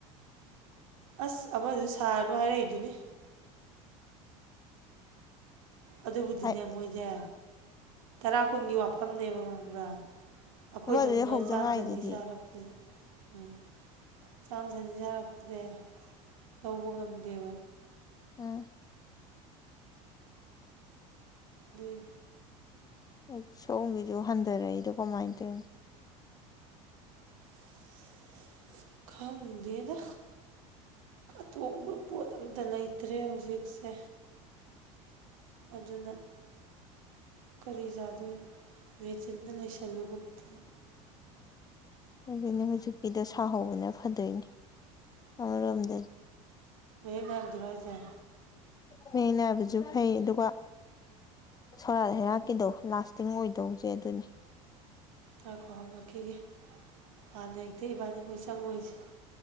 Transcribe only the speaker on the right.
ꯑꯁ ꯑꯃꯗꯨꯁꯨ ꯁꯥꯔꯅꯨ ꯍꯥꯏꯔꯛꯏꯗꯨꯅꯤ ꯑꯗꯨꯕꯨꯗꯤꯅꯦ
ꯃꯣꯏꯖꯦ ꯇꯔꯥ ꯀꯨꯟꯒꯤ ꯋꯥꯐꯝꯅꯦꯕ ꯈꯪꯕ꯭ꯔꯥ ꯑꯈꯣꯏꯗꯧꯅ
ꯆꯥꯝ
ꯆꯅꯤ ꯁꯥꯔꯛꯄꯖꯦ ꯎꯝ ꯆꯥꯝ ꯆꯅꯤ ꯁꯥꯔꯛꯄꯁꯦ ꯂꯧꯕ ꯉꯝꯗꯦꯕ
ꯗꯨꯏꯅꯦ
<unintelligible> ꯈꯪꯗꯦꯗ ꯑꯇꯣꯡꯕ ꯄꯣꯠ ꯑꯝꯇ ꯂꯩꯇ꯭ꯔꯦ ꯍꯧꯖꯤꯛꯁꯦ ꯑꯗꯨꯅ ꯀꯔꯤ ꯆꯥꯗꯣꯏꯅꯣ ꯃꯦꯆꯤꯟꯅ ꯂꯩꯁꯜꯂꯨꯒꯨꯝꯇꯧ
ꯃꯌꯦꯛ ꯅꯥꯏꯕꯗꯨꯔꯣ ꯍꯥꯢꯁꯦ
ꯉꯥꯏꯈꯣ ꯍꯪꯉꯛꯈꯤꯒꯦ ꯍꯥꯟꯅ ꯍꯦꯛꯇ ꯏꯕꯥꯅꯤ ꯃꯛ ꯆꯪꯉꯣꯏꯖꯤ